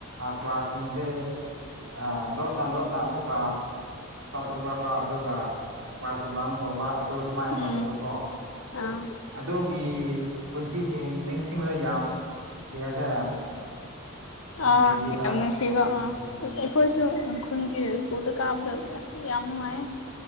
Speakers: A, on the right (about 85°); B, on the left (about 70°).
A: ꯀ꯭ꯂꯥꯁ ꯁꯤꯡꯁꯦ ꯑꯥ ꯂꯣꯟꯅ ꯂꯣꯟꯅ ꯑꯃꯨꯛꯀ ꯆꯠꯕꯀꯣ ꯑꯗꯨꯒ ꯀ꯭ꯂꯥꯁꯁꯦ ꯕꯪ ꯇꯧꯕ ꯑꯗꯨ ꯁꯨꯃꯥꯏꯅ ꯇꯧꯋꯦꯕ
B: ꯎꯝ
A: ꯀꯣ
B: ꯑꯥ
A: ꯑꯗꯨꯒꯤ ꯄꯨꯟꯁꯤꯁꯦ ꯅꯤꯡꯁꯤꯡꯂ ꯌꯥꯝ ꯀꯩ ꯍꯥꯏꯁꯤꯔ ꯅꯨꯡꯁꯤꯌꯦꯕ
B: ꯑꯥ ꯌꯥꯝ ꯅꯨꯡꯁꯤꯕ
A: ꯅꯨꯡꯁꯤꯌꯦꯕ
B: ꯑꯥ ꯑꯩꯈꯣꯏ <unintelligible> ꯈꯨꯟꯒꯤ ꯁ꯭ꯀꯨꯜꯗ ꯀꯥꯕꯗꯣ ꯑꯁ ꯌꯥꯝ ꯅꯨꯡꯉꯥꯏ